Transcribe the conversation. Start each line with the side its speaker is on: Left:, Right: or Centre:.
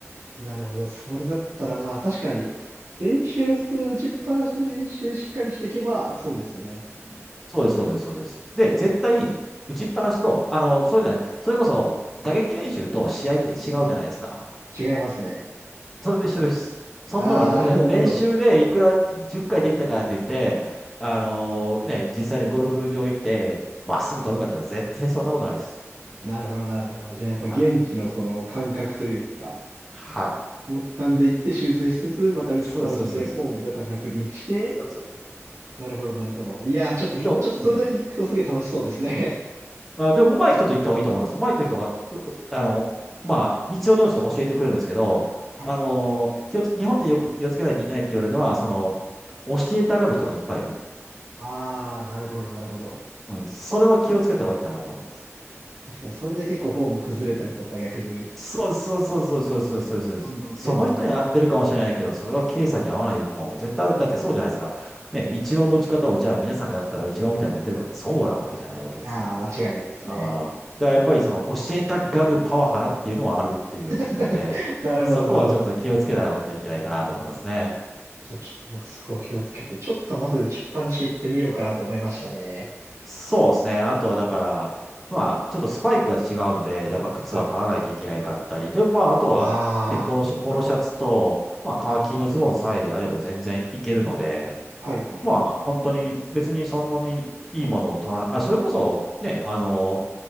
Right: なるほど。それだったらまあ確かに、練習する打ちっぱなしで練習しっかりしていけば、そうですよね。
Centre: うん。そうです、そうです、そうです。で、絶対、打ちっぱなしと、あの、そうじゃない、それこそ、打撃練習と試合って違うじゃないですか。
Right: 違いますね。
Centre: それと一緒です。そんなの、
Right: ああ、
Centre: だ練習でいくら10回できたからって言って、
Right: <laughs> なるほど。
Centre: あのーね、実際にゴルフ場行って、まっすぐ飛ぶかったら絶対そんなことないです。
Right: なるほど、なるほど。じゃあやっぱ現地のその感覚というか、
Centre: はい。はい。
Right: もう掴んでいって修正しつつ、また打ちっぱなしでフォームとか確認して、
Centre: そうです、そうです、そうです。そうです、そうです。
Right: なるほど、なるほど。いやー、ちょっと、ちょっとそれだけ聞くとすげえ楽しそうですね。
Centre: でも、うん。あ、でも、上手い人と行った方がいいと思います。上手い人が、うあの、まあ、必要に応じて教えてくれるんですけど、
Right: <laughs> はい。
Centre: あのー気をつけ、日本でよく気をつけないといけないって言われるのは、その、教えたがる人がいっぱいいる。
Right: ああ、なるほど、なるほど。
Centre: うん。それは気をつけた方がいいかなと思います。
Right: 確かに、それで結構フォーム崩れたりとか逆に、
Centre: そうそうそうそうそうそうそうそうです。
Right: どんどん変なになって。
Centre: その人に合ってるかもしれないけど、それは経営さんに合わないもの絶対ある。だってそうじゃないですか。ね、イチローの打ち方をじゃあ皆さんがやったらイチローみたいに打てるかってそうなわけじゃないわけですから。
Right: いやー、間違いないですね。
Centre: あー、だからやっぱりその教えたがるパワハラっていうのはあるっていうのを聞くんで、
Right: <laughs> なるほど、
Centre: そこはちょっと気をつけないといけないかなと思いますね。
Right: なるほど。じゃあちょっと僕そこを気をつけて、ちょっとまず打ちっぱなし行ってみようかなと思いましたね。
Centre: そうですね。あとはだから、まあ、ちょっとスパイクが違うので、やっぱ靴は買わないといけなかったり、
Right: はい。
Centre: でもまあ、あとは、
Right: あ
Centre: ね、ポロシャ、ポロシャツと、まあ、カーキのズボンさえであれば全然いけるので、
Right: あ、はいはいはい。
Centre: まあ、本当に別にそんなにいいものを取らない、あ、それこそ、ね、あの、